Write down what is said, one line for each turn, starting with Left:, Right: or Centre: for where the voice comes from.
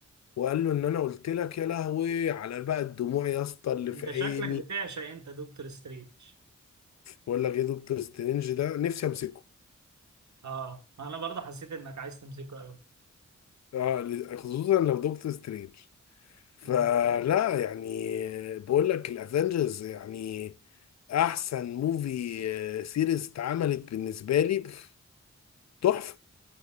Left: وقال له ان انا قلت لك يا لهوي على بقى الدموع يا اسطى اللي في
Right: انت
Left: عيني
Right: شكلك بتعشق انت دكتور سترينج
Left: ولا غير دكتور سترينج ده نفسي امسكه
Right: اه انا برضه حسيت انك عايز تمسكه قوي
Left: اه خصوصا لو دكتور سترينج فلا
Right: مم.
Left: يعني بقول لك الافنجرز يعني احسن موفي آه، سيريز اتعملت بالنسبه لي بف- تحفه